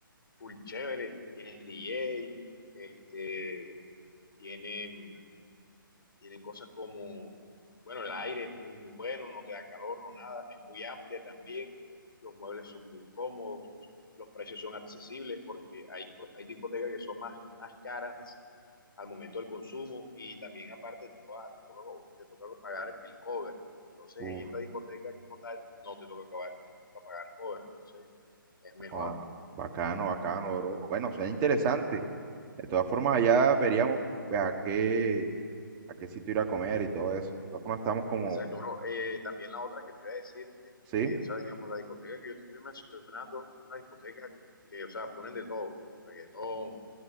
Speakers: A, on the left (about 75°); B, on the right (about 20°).
A: full chévere, tienen DJ, este, tienen, tienen cosas como, bueno, el aire es muy bueno, no te da calor, no nada, es muy amplia también, los muebles son muy cómodos, los precios son accesibles porque hay, co- hay discotecas que son más, más caras al momento del consumo y también aparte te toca, te toca, co- te toca pagar el cover. Entonces
B: Uf,
A: en esta discoteca como tal no te toca, acabar, no te toca pagar cover, entonces es mejor.
B: ah, bacano, bacano, bro. Bueno, suena interesante. De todas formas, allá veríamos pues, a qué, a qué sitio ir a comer y todo eso. De todas formas, estamos como,
A: Exacto, bro. Eh, también la otra que te iba a decir es
B: sí.
A: que, o sea, digamos, la discoteca que yo te estoy mencionando es una discoteca que, o sea, ponen de todo, reggaetón,